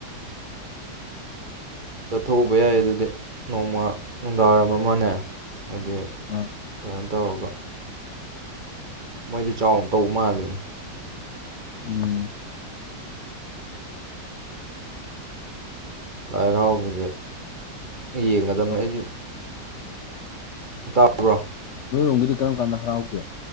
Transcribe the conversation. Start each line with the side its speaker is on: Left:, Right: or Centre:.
Right: ꯆꯠꯊꯣꯛꯎꯕ ꯌꯥꯏ ꯑꯗꯨꯗꯤ ꯅꯣꯡꯃ ꯅꯨꯡꯗꯥꯡꯋꯥꯏꯔꯝ ꯑꯃꯅꯦ ꯍꯥꯏꯗꯤ
Left: ꯑꯥ
Right: ꯀꯩꯅꯣꯝ ꯇꯧꯔꯒ ꯃꯣꯏꯗꯤ ꯆꯥꯎꯅ ꯇꯧꯕ ꯃꯥꯜꯂ‌ꯦ
Left: ꯎꯝ
Right: ꯂꯥꯏ ꯍꯔꯥꯎꯕꯖ‌ꯦ ꯌꯦꯡꯒꯗꯝꯕꯅꯦ
Left: ꯇꯧ-
Right: ꯑꯩꯖꯨ ꯇꯥꯕ꯭ꯔꯣ
Left: ꯅꯣꯏꯔꯣꯝꯒꯤꯗꯤ ꯀꯔꯝ ꯀꯥꯟꯗ ꯍꯔꯥꯎꯒꯦ